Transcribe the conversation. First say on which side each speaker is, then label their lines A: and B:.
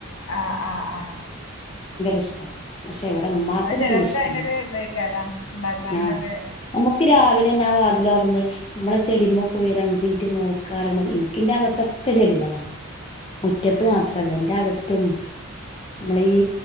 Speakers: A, on the left (about 75°); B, on the left (about 25°).
A: ആ ആ ആ
B: ഇഷ്ട എവിടെ മ്മാക്കൊന്നും
A: അത് ചിലർക്ക്
B: വല്യ ഇഷ്ടല്ല
A: അതിനൊരു ഇതായിക്കാരാ ഉണ്ടാക്കാനൊരു
B: ആ നമ്മുക്ക് രാവിലെന്നെ ആ വാ <unintelligible> നമ്മളെ ചെടിമ്മേ പോയി അഞ്ച മിനിറ്റ് നോക്കാറുണ്ട് എനിക്ക്ന്റെ അകത്തൊക്കെ ചെടികളാണ് മുറ്റത്ത്
A: ഏ,
B: മാത്രല്ല എന്റെ അകത്തും നമ്മള ഈ